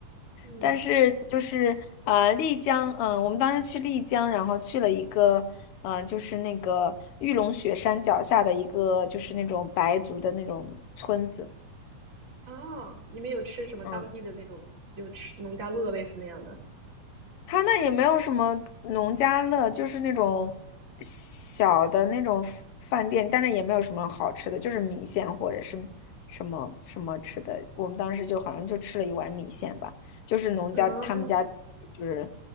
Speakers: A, on the right; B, on the left.
A: 嗯。
B: 但是就是啊，丽江，嗯、我们当时去丽江，然后去了一个，嗯、就是那个玉龙雪山脚下的一个，就是那种白族的那种村子，
A: 哦，你们有吃什么当地的那种，
B: 嗯，
A: 就吃农家乐类似那样的？
B: 他那也没有什么农家乐，就是那种小的那种饭店，但是也没有什么好吃的，就是米线或者是什么什么吃的，我们当时就好像就吃了一碗米线吧，就是农家他们家自己就是
A: 哦，